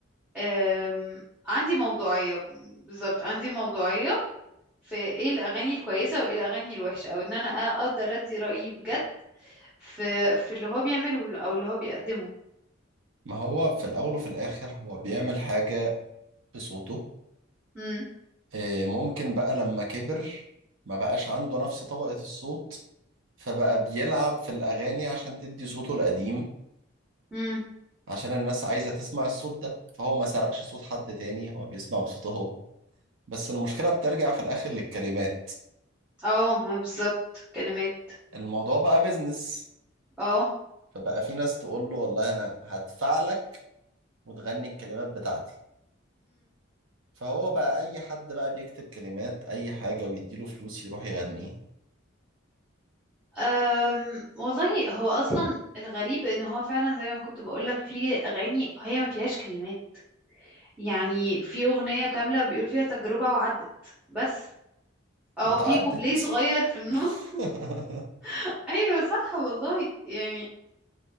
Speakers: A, in the centre; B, on the right.
A: آم، عندي موضوعية بالظبط عندي موضوعية في ايه الاغاني الكويسة وايه الاغاني الوحشة او ان انا اقدر ادي رأيي بجد في في اللي هو بيعمله او اللي هو بيقدمه
B: ما هو في الاول وفي الاخر هو بيعمل حاجه بصوته
A: امم
B: إيه، ممكن بقى لما كبر ما بقاش عنده نفس طبقه الصوت فبقى بيلعب في الاغاني عشان تدي صوته القديم
A: امم
B: عشان الناس عايزة تسمع الصوت ده فهو ما سرقش صوت حد تاني هو بيسمع بصوته هو بس المشكلة بترجع في الآخر للكلمات
A: اه ما بالظبط كلمات
B: الموضوع بقى بيزنس
A: اه
B: فبقى في ناس تقول له والله أنا هدفع لك وتغني الكلمات بتاعتي فهو بقى أي حد بقى بيكتب كلمات أي حاجة ويديله فلوس يروح يغنيه
A: أم والله هو اصلا الغريب ان هو فعلا زي ما كنت بقولك في اغاني هي ما فيهاش كلمات يعني في اغنية كاملة بيقول فيها تجربة وعدت بس او
B: واتعدت
A: في كوبليه صغير في النص
B: <laughs>
A: <laughs> ايوه صح والله يعني